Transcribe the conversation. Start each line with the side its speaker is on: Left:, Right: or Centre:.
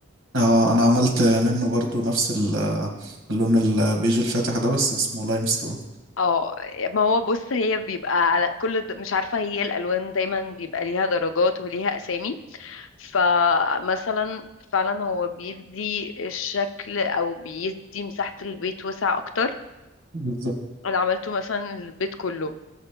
Right: اه انا عملت منه برضو نفس ال- اللون البيج الفاتح ده بس اسمه لايم ستون
Left: اه ما هو بص هي بيبقى على كل د- مش عارفة هي الألوان دايما بيبقى ليها درجات وليها أسامي فمثلا فعلا هو بيدي الشكل أو بيدي مساحة البيت وسع أكتر
Right: بالظبط
Left: أنا عملته مثلا البيت كله